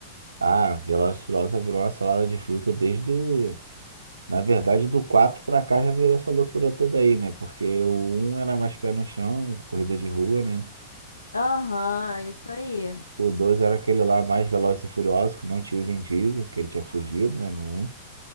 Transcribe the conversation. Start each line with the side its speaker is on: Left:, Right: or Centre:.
Right: Ah, Velozes e Furiosos virou uma salada de fruta desde o. Na verdade, do 4 pra cá já virou essa loucura toda aí, né? Porque o um era mais pé no chão, corrida de rua, né?
Left: Aham, isso aí.
Right: O 2 era aquele lá mais Velozes e Furiosos, que não tinha o Vin Diesel, porque ele tinha fugido, né? No um.